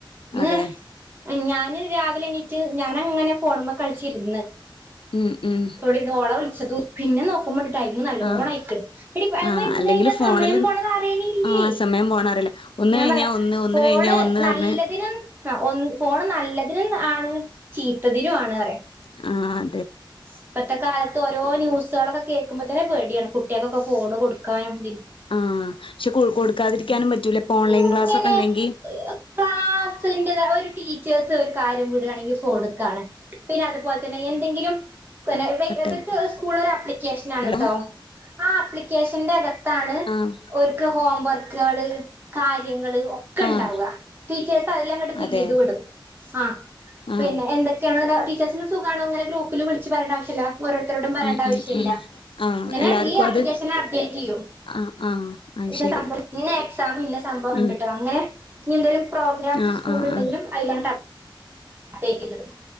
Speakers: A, on the right; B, on the left.
A: ന്ന്
B: അതെ
A: ഞാന് രാവിലെ എണീ റ്റ് ഞാനങ്ങനെ ഫോണ് മ്മെ കളിച്ചിര്ന്ന്
B: ഉം ഉം
A: തൊടീന്നോളെ വിളിച്ചതു പിന്നെ നോക്കുമ്പണ്ട് ടൈമ് നല്ലോണയ്ക്ക്ണ്.
B: ആഹ്
A: എടി അയിമ്മെ
B: ആഹ്
A: ഇരുന്ന്
B: അല്ലെങ്കില്
A: കഴിഞ്ഞാ
B: ഫോണില്
A: സമയം പോണതറീണില്ല്യേയ്.
B: ആഹ് സമയം പോണറിയില്ല ഒന്ന്
A: ഞാൻ
B: കഴിഞ്ഞാ
A: പറയാ
B: ഒന്ന് ഒന്ന്
A: ഫോണ്
B: കഴിഞ്ഞാ ഒന്ന്
A: നല്ലതിനും
B: പറഞ്ഞ്
A: ആ ഒ ഫോണ് നല്ല തിനും ആണ് ചീ ത്തതിനു ആണ് പറയാ
B: ആ
A: ഇപ്പത്തെ കാലത്ത് ഓരോ ന്യൂസ്കളൊക്കെ കേ ക്കുമ്പോ തെന്നെ പേട്യാണ്. കുട്ട്യാക്കൊക്കെ ഫോൺ കൊടുക്കാനും തിനും
B: ആ ക്ഷെ കൊഴു കൊടുക്കാതിരിക്കാനും പറ്റ് റ്റൂല പ്പോ ഓൺലൈൻ
A: ഇങ്ങനെ
B: ക്ലാസ് ഒക്കെ ണ്ടെങ്കി
A: ക്ലാസ്സിന്റെതാ ഒരു ടീച്ചേഴ്സ് ഒരു കാര്യം വിടുവാണെങ്കി ഫോണ്ക്കാണ്. പിന്നെ അതുപോൽതന്നെ എന്തെങ്കിലും ഇക്കൊല്ല ഇവിടെ
B: കട്ടായി
A: ഇബിർക്ക് സ്കൂളിലൊര് അപ്ലിക്കേഷനാണ്
B: ഹലോ
A: ട്ടോ ആ അപ്ലി ക്കേഷൻ്റെ എട ത്താണ്
B: ആഹ്
A: ഓര്ക്ക് ഹോംവർക്ക് ക്കാള് കാര്യങ്ങള് ഒക്കെണ്ടാവാ
B: ആഹ്
A: ടീച്ചേഴ്സ് അതിലങ്ങട്ട് ഫില്ലെയ്ത്
B: അതെ
A: വിടും. ആ- പിന്നെ
B: ആഹ്
A: എന്തൊക്കെയാ <unintelligible> കേസ്സനു സുഖാണോന്ന് ഇനലെ ഗ്രൂപ്പില് വിളിച്ചു പറയേണ്ട ആവശ്യല്ലാ- ഓരോരുത്തരോടും പറയണ്ടാവശ്യം
B: ഉം ഉം ഉം
A: ഇല്ല
B: ആഹ്
A: ഇങ്ങനെ
B: എല്ലാർക്കും
A: ഈ അപ്ലിക്കേഷൻ
B: അത്
A: അപ്ഡേറ്റ് ചെയ്യൂ-
B: ആഹ്
A: <unintelligible>
B: ആഹ് അത് ശരി
A: ഇന്നഎക്സാമിന് ഇന്ന സംഭവം
B: ഉം
A: ഉണ്ട്ട്ടോ അങ്ങനെ- ഇനി എന്തേലും- പ്രോഗ്രാംസു
B: ആഹ്
A: സ്കൂളിലുണ്ടെങ്കിലും
B: ആഹ് ആഹ്
A: ആയിലണ്ട <unintelligible>